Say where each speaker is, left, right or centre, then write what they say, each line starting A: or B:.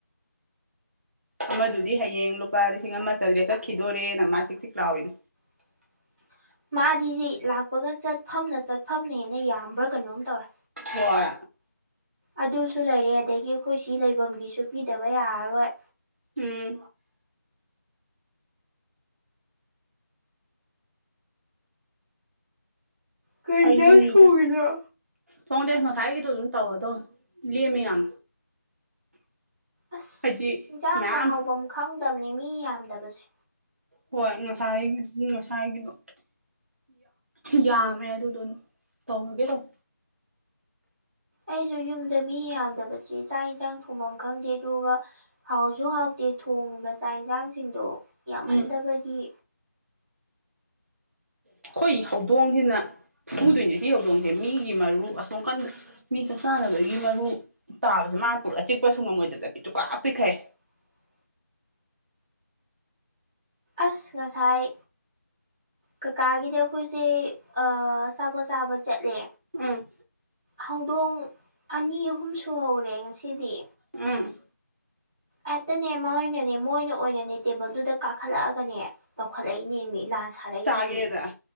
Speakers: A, on the right; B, on the right.
A: ꯑꯃꯗꯨꯗꯤ ꯍꯌꯦꯡ ꯂꯨꯄꯥ ꯂꯤꯁꯤꯡ ꯑꯃ ꯆꯗ꯭ꯔꯦ ꯆꯠꯈꯤꯗꯣꯔꯦꯅ ꯃꯥ ꯆꯤꯛ ꯆꯤꯛ ꯂꯥꯎꯏꯅꯦ
B: <inaudible> ꯃꯥꯗꯤꯖꯤ ꯂꯥꯛꯄꯒ ꯆꯠꯐꯝꯅ ꯆꯠꯐꯝꯅ ꯍꯦꯅ ꯌꯥꯝꯕ꯭ꯔꯥ ꯀꯩꯅꯣꯝ ꯇꯧꯔꯦ
A: ꯍꯣꯏ
B: ꯑꯗꯨꯁꯨ ꯂꯩꯔꯦ ꯑꯗꯒꯤ ꯑꯩꯈꯣꯏ ꯁꯤ ꯂꯩꯐꯝ ꯁꯨ ꯄꯤꯗꯕ ꯌꯥꯔꯔꯣꯏ
A: ꯎꯝ
B: ꯀꯩ ꯏꯟꯖꯥꯡ
A: ꯑꯩꯁꯨꯅꯤ
B: ꯊꯣꯡꯉꯤꯅꯣ
A: ꯏꯕꯦꯝ ꯊꯣꯡꯗꯦ ꯉꯁꯥꯏꯒꯤꯗꯣ ꯑꯗꯨꯝ ꯇꯧꯔꯗꯣꯅꯤ ꯂꯦꯝꯃꯤ ꯌꯥꯝ
B: ꯑꯁ
A: ꯍꯥꯏꯗꯤ
B: ꯌꯦꯟꯁꯥꯡꯒ
A: ꯃꯌꯥꯝ
B: ꯍꯥꯎꯐꯝ ꯈꯪꯗꯕꯅꯤ ꯃꯤ ꯌꯥꯝꯗꯕꯁꯦ
A: ꯍꯣꯏ ꯉꯁꯥꯏꯒꯤ ꯉꯁꯥꯏꯒꯤꯗꯣ ꯌꯥꯝꯃꯦ ꯑꯗꯨꯗꯣ ꯇꯧꯒꯦ ꯇꯧꯅꯦ
B: ꯑꯩꯁꯨ ꯌꯨꯝꯗ ꯃꯤ ꯌꯥꯝꯗꯕꯁꯦ ꯆꯥꯛ ꯏꯟꯁꯥꯡ ꯊꯣꯡꯐꯝ ꯈꯪꯗꯦ ꯑꯗꯨꯒ ꯍꯥꯎꯁꯨ ꯍꯥꯎ ꯇꯦ ꯊꯣꯡꯉꯤꯕ ꯆꯥꯛ ꯌꯦꯟꯁꯥꯡꯁꯤꯡꯗꯣ ꯌꯥꯝꯃꯟꯗꯕꯒꯤꯡ
A: ꯎꯝ ꯑꯩꯈꯣꯏ ꯍꯧꯗꯣꯡꯁꯤꯅ ꯐꯨꯗꯣꯏꯅꯦ ꯁꯤ ꯍꯧꯗꯣꯡꯁꯦ ꯃꯤꯒꯤ ꯃꯔꯨ ꯑꯁꯣꯝ ꯀꯟꯗ ꯃꯤ ꯆꯥꯛ ꯆꯥꯅꯕꯒꯤ ꯃꯔꯨ ꯇꯥꯕꯗ ꯃꯥꯄꯨꯔꯛꯑ ꯆꯤꯛꯄꯁꯨ ꯉꯝꯃꯣꯏꯗꯕꯗ ꯄꯤꯇꯨꯀꯥ ꯄꯤꯛꯈꯩ
B: <inaudible> ꯑꯁ ꯉꯁꯥꯏ ꯀꯥꯀꯥꯒꯤꯗ ꯑꯩꯈꯣꯏꯁꯦ ꯑꯥ ꯆꯥꯄꯣꯠ ꯆꯥꯕ ꯆꯠꯂꯦ
A: ꯎꯝ
B: ꯍꯧꯗꯣꯡ ꯑꯅꯤ ꯑꯍꯨꯝ ꯁꯨꯍꯧꯔꯦ ꯉꯁꯤꯗꯤ
A: ꯎꯝ
B: ꯍꯦꯛꯇꯅꯦ ꯃꯣꯏꯅꯅꯦ ꯃꯣꯏꯅ ꯑꯣꯏꯅꯅꯦ ꯇꯦꯕꯜꯗꯨꯗ ꯀꯥꯈꯠꯂꯛꯑꯒꯅꯦ ꯇꯧꯈꯠꯂꯛꯏꯅꯦ ꯃꯤ ꯂꯥꯟ ꯁꯥꯔꯛꯏꯅꯦꯃꯤ
A: ꯆꯥꯒꯦꯗ